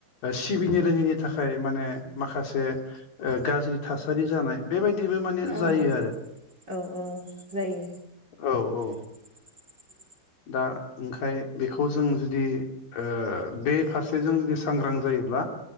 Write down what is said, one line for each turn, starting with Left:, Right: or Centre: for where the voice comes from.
Left: सिबिनो रोङैनि थाखाय माने माखासे गाज्रि थासारि जानाय बेबायदिबो माने
Right: औ
Left: जायो आरो
Right: औ औ जायो
Left: औ औ
Right: <unintelligible>
Left: दा ओंखाय बेखौ जों जुदि ओ बे फारसेजों जुदि सांग्रां जायोब्ला